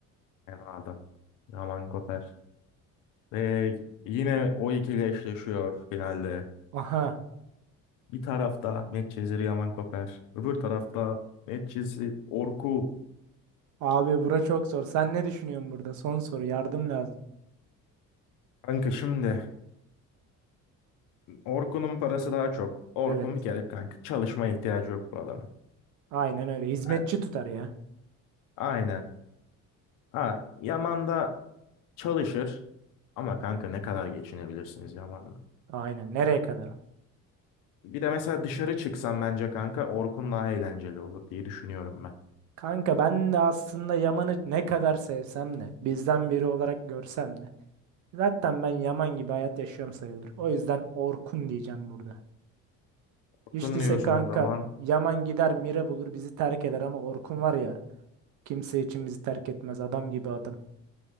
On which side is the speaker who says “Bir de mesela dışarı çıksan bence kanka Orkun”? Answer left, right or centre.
Left